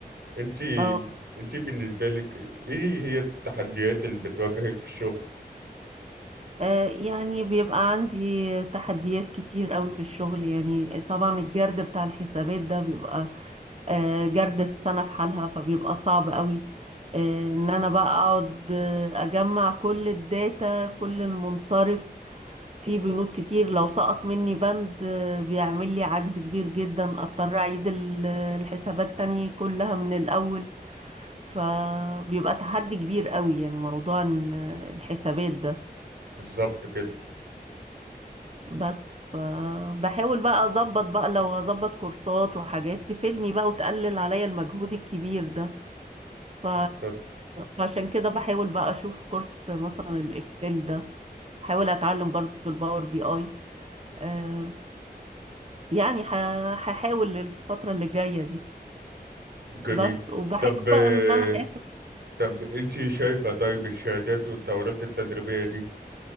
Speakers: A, on the right; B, on the right.
A: انتي
B: اه
A: انتي بالنسبة لك ايه هي التحديات اللي بتواجهك في الشغل
B: آه، يعني بيبقى عندي تحديات كتير قوي في الشغل يعني طبعا الجرد بتاع الحسابات ده بيبقى آه، جرد السنة بحالها فبيبقى صعب قوي آه، ان انا بقى اقعد آه، اجمع كل الداتا كل المنصرف في بنود كتير لو سقط مني بند آه، بيعمل لي عجز كبير جدا اضطر اعيد ال- الحسابات تاني كلها من الاول فبيبقى تحدي كبير قوي يعني موضوع إن آه، الحسابات ده
A: بالظبط كده
B: بس فبحاول بقى اظبط بقى لو اظبط كورسات وحاجات تفيدني بقى وتقلل عليا المجهود الكبير ده ف...
A: بالظبط
B: فعشان كده بحاول بقى اشوف كورس مثلا الاكسل ده حاول اتعلم برضو الباور بي اي آه يعني ح- هحاول الفترة اللي جاية دي
A: جميل
B: بس وبحاول
A: طب آه،
B: بقى ان انا اخد
A: طب انتي شايفة طيب الشهادات والدورات التدريبية دي